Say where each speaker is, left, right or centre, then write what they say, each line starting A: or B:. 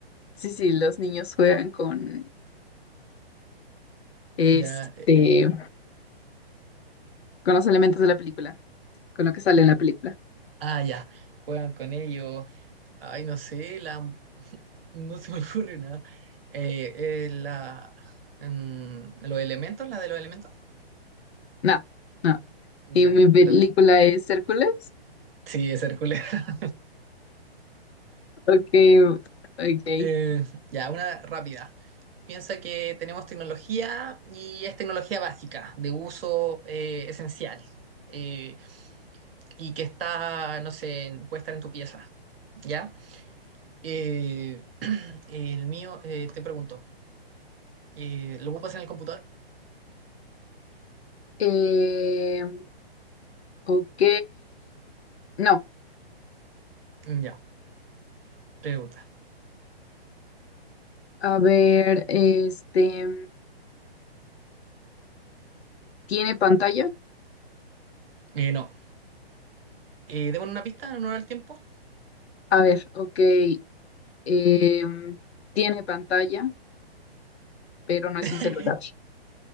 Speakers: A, on the left; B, on the right.
A: sí, sí, los niños juegan con, este,
B: Ya. eh,
A: con los elementos de la película, con lo que sale en la película.
B: ah, ya. Juegan con ellos. Ay, no sé, la... <laughs> No se me ocurre nada. Eh, eh, la... mm, los elementos, la de los elementos.
A: No, no.
B: Ya,
A: ¿Y mi película
B: te toca.
A: es Hércules?
B: Sí, es Hércules. <laughs>
A: Ok, ok.
B: Eh, ya, una rápida. Piensa que tenemos tecnología y es tecnología básica, de uso eh, esencial, eh, y que está, no sé, en- puede estar en tu pieza, ¿ya? Eh, <clears throat> el mío, eh, te pregunto, eh, ¿lo ocupas en el computador?
A: Eh, ok, no.
B: Ya, pregunta.
A: A ver, este, ¿tiene pantalla?
B: Eh, no. Eh, démosle una pista en honor al tiempo.
A: A ver, ok. Eh, tiene pantalla, pero no es
B: <laughs>
A: un celular.